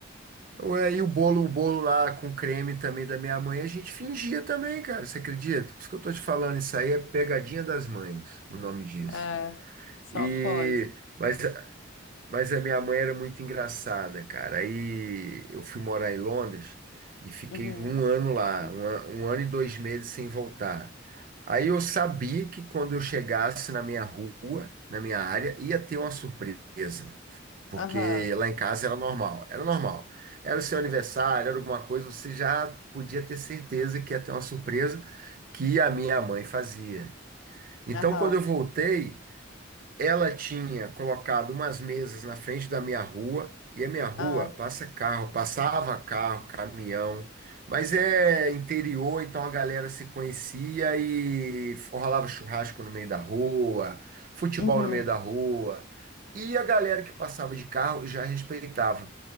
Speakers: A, on the right (about 45°); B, on the left (about 75°).
A: Ué, e o bolo, o bolo lá com creme também da minha mãe, a gente fingia também, cara. Você acredita? Por isso que eu tô te falando, isso aí é pegadinha das mães, o nome disso.
B: É, só
A: E,
B: pode.
A: mas Mas a minha mãe era muito engraçada, cara. Aí eu fui morar em Londres e fiquei
B: Uhum.
A: um ano lá,
B: Uhum.
A: um, an- um ano e dois meses sem voltar. Aí eu sabia que quando eu chegasse na minha rua, na minha área, ia ter uma surpresa, porque
B: Aham.
A: lá em casa era normal, era normal. Era o seu aniversário, era alguma coisa, você já podia ter certeza que ia ter uma surpresa que a minha mãe fazia. Então,
B: Aham.
A: quando eu voltei ela tinha colocado umas mesas na frente da minha rua, e a minha rua
B: Aham.
A: passa carro, passava carro, caminhão, mas é interior, então a galera se conhecia e rolava churrasco no meio da rua, futebol
B: Uhum.
A: no meio da rua, e a galera que passava de carro já respeitava.